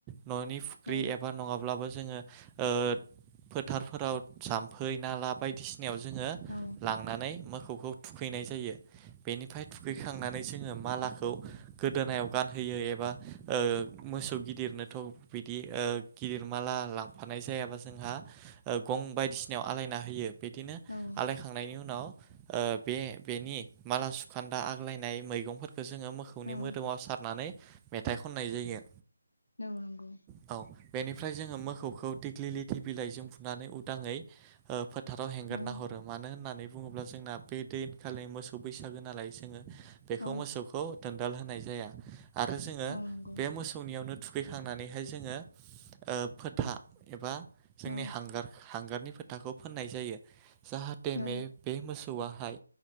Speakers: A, on the right; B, on the left.
A: न'नि फुख्रि
B: औ
A: एबा नङाब्लाबो। जोङो ओ-फोथारफोराव जामफै नाला बायदिसि बियाव जोङो
B: औ
A: लांनानै मोखौखौ थुखैनाय जायो। बेनिफ्राय थुगैखांनानै जोङो। मालाखौ गोदोनायाव गानहोयो एबा ओ-मोसौ गिदिरनोथ' बि बिदि ओ-गिदिर माला लांफानाय जायाबा जोंहा ओ- गं बायदिसिनायाव आलायना होयो। बिदिनो
B: औ
A: आलायखांनायनि उनाव। ओ-बे बेनि माला सुखान्दा आग्लायनाय मैगंफोर बेखौ जोङो मोखौनि
B: औ
A: मोदोमाव सारनानै मेथाइ खननाय जायो।
B: औ नंगौ।
A: औ बेनिफ्राय जोङो मोखौखौ दिग्लि लिथि बिलाइजों फुनानै उदाङै ओ-फोथ थाराव हेंगारना
B: औ
A: हरो मानो होननानै बुङोब्ला जोंना बे दैनखालिनि मोसौ बैसागो नालाय जोङो। बेखौ
B: औ
A: मोसौखौ दोनदाल होनाय जाया आरो जोङो
B: औ नंगौ
A: बे मोसौनियावनो थु थुखैखांनानैहाय जोङो ओ-फोथा एबा जोंनि
B: औ
A: हांगार। हांगारनि फोथाखौ फोननाय जायो जाहाथे
B: औ
A: मे-बे मोसौ। वाहाय